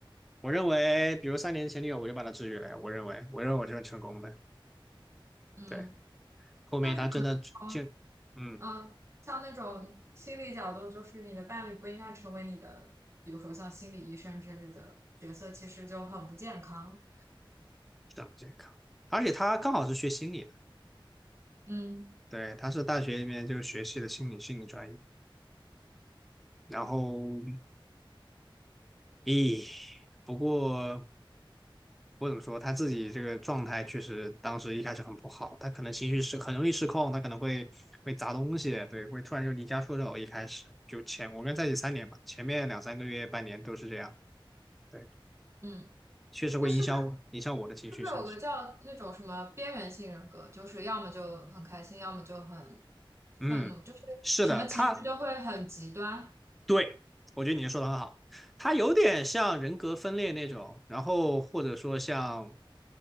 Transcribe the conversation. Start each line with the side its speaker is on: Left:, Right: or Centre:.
Centre: 我认为，比如三年前女友，我就把她治愈了呀。我认为，我认为我这是成功的。
Right: 嗯，
Centre: 对，后面她真的就，
Right: 但是可能从
Centre: 嗯，
Right: 嗯，像那种心理角度，就是你的伴侣不应该成为你的，比如说像心理医生之类的角色，其实就很不健康。
Centre: 这样健康，而且她刚好是学心理的，
Right: 嗯
Centre: 对，她是大学里面就学习的心理心理专业。然后，咦，不过我怎么说，她自己这个状态确实当时一开始很不好，她可能情绪失很容易失控，她可能会会砸东西，对，会突然就离家出走。一开始就前我跟在一起三年吧，前面两三个月、半年都是这样。对。
Right: 嗯，
Centre: 确实会影响我，
Right: 那是不是
Centre: 影响我的情绪，
Right: 是不是有个叫那种什么边缘性人格，
Centre: 甚至，
Right: 就是要么就很开心，要么就很愤怒，
Centre: 嗯，
Right: 就是什么情绪都会很极端。
Centre: 是的，他对我觉得你说的很好，他有点像人格分裂那种，然后或者说像，